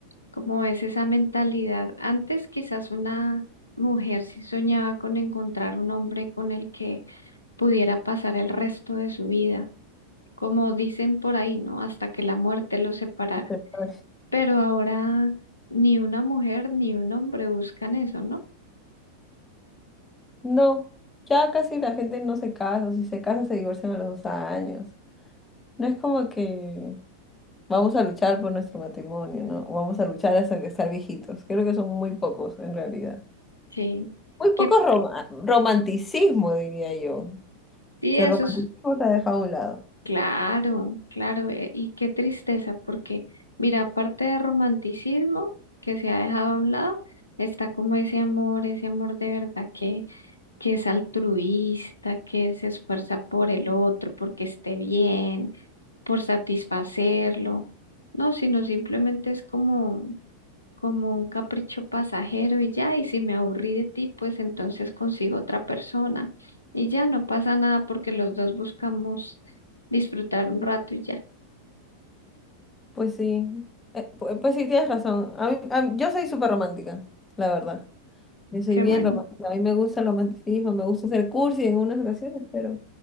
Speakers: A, on the left (about 80°); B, on the left (about 15°).
A: como es esa mentalidad. Antes quizás una mujer sí soñaba con encontrar un hombre con el que pudiera pasar el resto de su vida como dicen por ahí, ¿no? Hasta que la muerte los separara.
B: Entonces, pues,
A: Pero ahora ni una mujer ni un hombre buscan eso, ¿no?
B: No, ya casi la gente no se casa, o si se casa se divorcian a los dos años. No es como que Vamos a luchar por nuestro matrimonio, ¿no? Vamos a luchar hasta que estar viejitos. Creo que son muy pocos, en realidad.
A: Sí.
B: Muy
A: Que
B: poco roma- romanticismo, diría yo.
A: sí,
B: Que
A: eso
B: el romanticismo
A: es
B: se ha dejado a un lado.
A: claro, claro. eh, Y qué tristeza, porque mira, aparte de romanticismo que se ha dejado a un lado, está como ese amor, ese amor de verdad que que es altruista, que se esfuerza por el otro, porque esté bien, por satisfacerlo. No, sino simplemente es como, como un capricho pasajero y ya, y si me aburrí de ti, pues entonces consigo otra persona y ya no pasa nada porque los dos buscamos disfrutar un rato y ya.
B: Pues sí, Eh, pu- pues, sí, tienes razón. A mí- a mí- yo soy súper romántica, la verdad. Yo soy
A: Qué
B: bien
A: bueno.
B: romántica. A mí me gusta el romanticismo, me gusta ser cursi en algunas ocasiones, pero